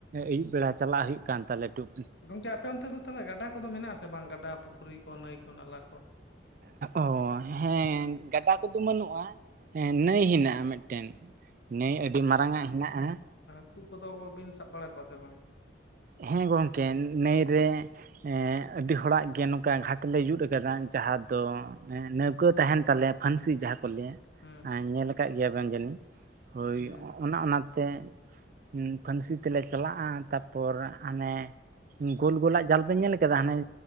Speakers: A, on the right; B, on the left.
A: ᱟᱹᱭᱩᱵ ᱵᱮᱲᱟ ᱪᱟᱞᱟᱜ ᱦᱩᱭᱩᱜ ᱠᱟᱱ ᱛᱟᱞᱮ ᱴᱩᱠ
B: ᱜᱚᱝᱠᱮ ᱟᱯᱮ ᱚᱱᱛᱮ ᱫᱚ ᱛᱟᱞᱦᱮ ᱜᱟᱰᱟ ᱠᱚᱫᱚ ᱢᱮᱱᱟᱜ-ᱟ ᱥᱮ ᱵᱟᱝ, ᱜᱟᱰᱟ, ᱯᱩᱠᱷᱨᱤ ᱠᱚ, ᱱᱟᱹᱭ ᱠᱚ, ᱱᱟᱞᱟ ᱠᱚ?
A: ᱚ, ᱦᱮᱸ ᱜᱟᱰᱟ ᱠᱚᱫᱚ ᱵᱟᱹᱱᱩᱜ-ᱟ ᱦᱮᱸ ᱱᱟᱹᱭ ᱦᱮᱱᱟᱜ-ᱟ ᱢᱮᱫᱴᱮᱱ᱾ ᱱᱟᱹᱭ ᱟᱹᱰᱤ ᱢᱟᱨᱟᱝᱟᱜ ᱦᱮᱱᱟᱜ-ᱟ᱾
B: ᱦᱟᱠᱩ ᱠᱚᱫᱚ ᱵᱤᱱ ᱥᱟᱵ ᱵᱟᱲᱟ ᱠᱚᱣᱟ ᱥᱮ ᱵᱟᱝ?
A: ᱦᱮᱸ ᱜᱚᱝᱠᱮ ᱱᱟᱹᱭ ᱨᱮ᱾ ᱮᱸ ᱟᱹᱰᱤ ᱦᱚᱲᱟᱜ ᱜᱮ ᱱᱚᱠᱟ ᱜᱷᱟᱴ ᱞᱮ ᱡᱩᱫ ᱟᱠᱟᱫᱟ ᱡᱟᱦᱟᱸ ᱫᱚ ᱼᱼ ᱮᱸ ᱱᱟᱹᱣᱠᱟᱹ ᱛᱟᱦᱮᱸᱱ ᱛᱟᱞᱮᱭᱟ ᱯᱷᱟᱹᱱᱥᱤ ᱡᱟᱦᱟᱸ ᱠᱚ ᱞᱟᱹᱭᱼᱟ,
B: ᱦᱮᱸ
A: ᱟᱸ ᱧᱮᱞ ᱟᱠᱟᱜ ᱜᱮᱭᱟ ᱵᱮᱱ ᱡᱟᱹᱱᱤᱡ, ᱦᱳᱭ
B: ᱦᱮᱸ
A: ᱚᱸᱜ ᱚᱱᱟ ᱚᱱᱟ ᱛᱮᱻᱡ ᱩᱸ ᱯᱷᱟᱹᱱᱥᱤ ᱛᱮᱞᱮ ᱪᱟᱞᱟᱜᱼᱟᱸ ᱛᱟᱯᱚᱨ ᱦᱟᱱᱮ ᱼᱼ ᱩᱸ ᱜᱳᱞ ᱜᱳᱞᱟᱜ ᱡᱟᱞ ᱵᱮᱱ ᱧᱮᱞ ᱟᱠᱟᱫᱟ, ᱦᱟᱱᱮᱻᱡ